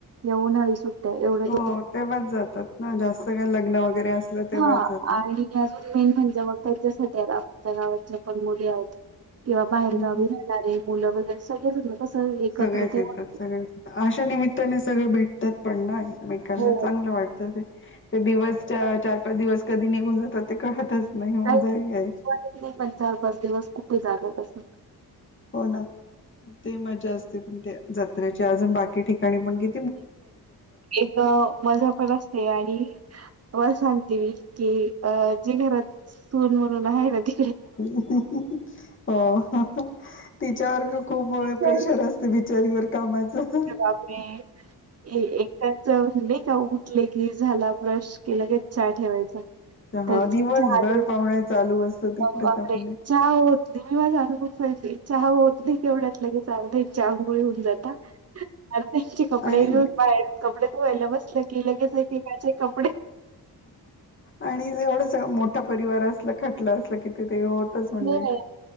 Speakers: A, on the right; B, on the left.
A: येऊनळी सुट एवढं
B: हो तेव्हाच जातात ना जास्त काय लग्न वगैरे असलं तेव्हाच
A: हा
B: जातात.
A: आ <inaudible> अज मेन म्हणजे मग त्यांच्यासाठी आपल्या गावात ज पण मुली आहेत किंवा बाहेरगावी
B: हं
A: मुलं वगैरे सगळेच कसं एकत्र
B: सगळेच
A: ते
B: येतात
A: वाट
B: सगळेच अशा निमित्ताने सगळे भेटतात पण ना एकमेकाला
A: हो
B: चांगलं वाटतं ते. ते दिवस चार पाच दिवस कधी निघून जातात ते कळतच नाही मजा
A: काहीच
B: आहे यायची.
A: नाही पण चार पाच दिवस कुठे जागा तसं
B: हो ना ते मज्जा असते पण ते जत्रेची अजून बाकी ठिकाणी पण की
A: एक मजा पण असते आणि व सांगते की अ जे घरात सून म्हणून आहे ना ती
B: हो तिच्यावर खूप
A: तर
B: प्रेशर असते बिचारीवर कामाचं.
A: आपने एकटच नाही का उठले की झाला ब्रश केलं की लगेच चहा ठेवायचा.
B: हा
A: त्याच्या
B: दिवसभर पाहुणे चालू असत तिकडे
A: वगैरे
B: तर म्हणजे
A: <inaudible> चहा होत नाही विवाज अनुभू स चहा होत नाही केवढ्यात लगेच चालत एक चहा आंघोळी होऊन जातात अरे त्यांचे कपडे
B: आणि
A: घेऊन बाहेर कपडे धुवायला बसल की लगेच एकेकाचे कपडे
B: आणि एवढंच मोठा परिवार असला खटलं असलं कि तिथं होतच म्हणजे
A: हो हो